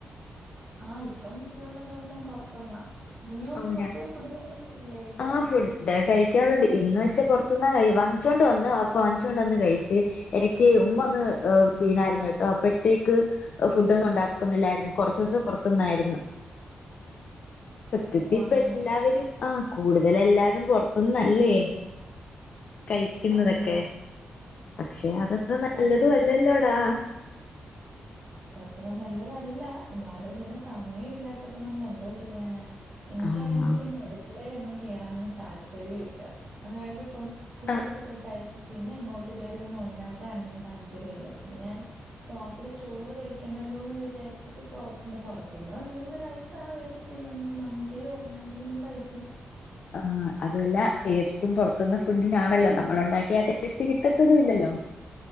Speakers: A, on the right (about 35°); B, on the left (about 55°).
A: ആഹ് ഇപ്പം മിക്കുള്ള ദിവസം പൊറത്തുന്നാ നീയോ
B: ഓ
A: നീ പുറത്തു
B: ഞാൻ
A: പോയി ഫുഡൊന്നും കഴിക്കാറില്ലേ
B: ആഹ് ഫുഡ് കഴിക്കാറുണ്ട് ഇന്ന് പക്ഷേ പുറത്തുന്ന കഴി വാങ്ങിച്ചോണ്ട് വന്ന് വാപ്പ വാങ്ങിച്ചോണ്ട് വന്ന് കഴിച്ച് ഇടക്ക് ഉമ്മ ഒന്ന് വീണായിരുന്നു കേട്ടോ അപ്പോഴത്തേക്ക് ഫുഡ് ഒന്നും ഉണ്ടാക്കുന്നില്ലായിരുന്നു കൊറച്ചൂസം പൊറ ത്ത്ന്നായിരുന്നു സത്യത്തി
A: ഓഹ്
B: ഇപ്പ
A: അങ്ങനെ
B: എല്ലാവരും ആ കൂടു വല് എല്ലാരും പൊറത്തുന്നല്ലേ കഴിക്കുന്നതൊക്കെ
A: അതെ ഉം
B: പക്ഷെ അത്ര നല്ലതും
A: സമയം
B: അല്ലല്ലോടാ
A: അത്ര നല്ലതല്ല എന്നാലും പിന്നെ സമയം ഇല്ലാത്തപ്പോ നമ്മൾ എന്തോ ചെയ്യാനാ എനിക്കാണെങ്കിൽ
B: ആഹ്
A: പിന്നെ അടുക്കളയിലൊന്നും കയറാങ്ങ് താല്പര്യം ഇല്ല അതായത് ഇപ്പം കുളിച്ചൊക്കെ
B: ആഹ്
A: കഴിഞ്ഞ പിന്നെ അങ്ങോട്ട് കയറിയൊന്നും ഉണ്ടാക്കാനൊന്നും താല്പര്യമില്ല പിന്നെ ഞാൻ രാത്രി ചോറ് കഴിക്കണ്ടല്ലോ എന്ന് വിചാരിച്ചിട്ട് പുറത്തുന്ന് പുറത്തുന്നു എന്തെങ്കിലും റൈസ ആ മേടിച്ച ന്ന് മന്തിയോ അങ്ങനെ എന്തെങ്കിലും കഴിക്കും
B: ആഹ് അതുമല്ല ടേസ്റ്റും പൊറത്തന്ന് ഫുഡിനാണല്ലോ നമ്മൾ ഉണ്ടാക്കി ആ ടേസ്റ്റ് കിട്ടത്തതും ഇല്ലല്ലോ